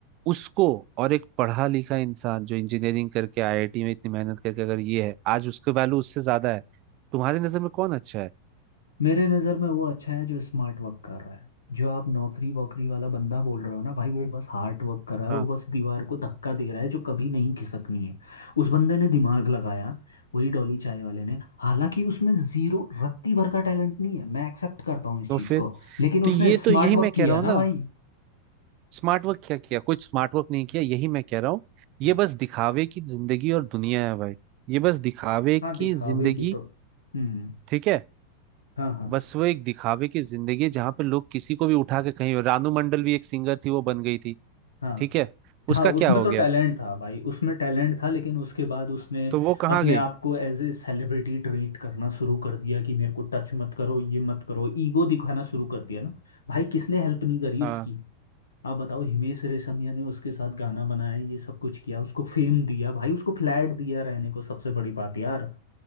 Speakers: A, on the right; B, on the left.
A: उसको और एक पढ़ा लिखा इंसान जो इंजीनियरिंग करके आईआईटी में इतनी मेहनत करके अगर ये है आज उसके वैल्यू उससे ज्यादा है तुम्हारी नजर में कौन अच्छा है
B: मेरे नज़र में वो अच्छा है जो स्मार्ट वर्क कर रहा है जो आप नौकरी वोकरी वाला बंदा बोल रहे हो ना भाई वो बस हार्ड वर्क कर रहा है
A: हाँ
B: वो बस दीवार को धक्का दे रहा है जो कभी नहीं खिसकनी है उस बंदे ने दिमाग लगाया वही डॉली चाय वाले ने हालांकि उसमें जीरो रत्ती भर का टैलेंट नहीं है मैं एक्सेप्ट करता हूँ इस
A: तो
B: चीज़
A: फिर
B: को लेकिन उसने
A: तो ये
B: स्मार्ट
A: तो यही
B: वर्क
A: मैं
B: किया
A: कह रहा हूँ
B: ना
A: ना
B: भाई
A: स्मार्ट वर्क क्या किया कुछ स्मार्ट वर्क नहीं किया यही मैं कह रहा हूँ ये
B: हाँ
A: बस दिखावे की जिंदगी और दुनिया है भाई ये बस दिखावे
B: हाँ
A: की
B: दिखावे
A: जिंदगी
B: की तो हम्म
A: ठीक है
B: हाँ हाँ
A: बस वो एक दिखावे की जिंदगी है जहाँ पे लोग किसी को भी उठा के कहीं रानू मंडल भी एक सिंगर थी वो बन गई थी
B: हाँ
A: ठीक है
B: था
A: उसका
B: उसमें
A: क्या हो
B: तो
A: गया
B: टैलेंट था भाई उसमें टैलेंट था लेकिन उसके बाद उसने
A: तो वो कहाँ
B: अपने
A: गई
B: आप को एज ए सेलिब्रिटी ट्रीट करना शुरू कर दिया कि मेरे को टच मत करो ये मत करो ईगो दिखाना शुरू कर दिया ना भाई किसने हेल्प नहीं करी
A: हाँ
B: उसकी आप बताओ हिमेश रेशमिया ने उसके साथ गाना बनाया ये सब कुछ किया उसको फेम दिया भाई उसको फ्लैट दिया रहने को सबसे बड़ी बात यार